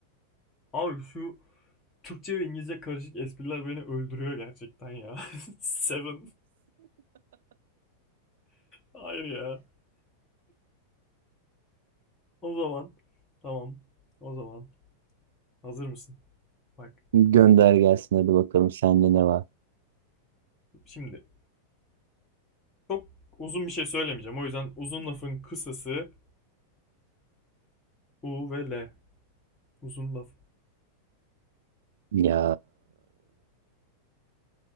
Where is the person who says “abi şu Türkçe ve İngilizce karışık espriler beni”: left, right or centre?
Left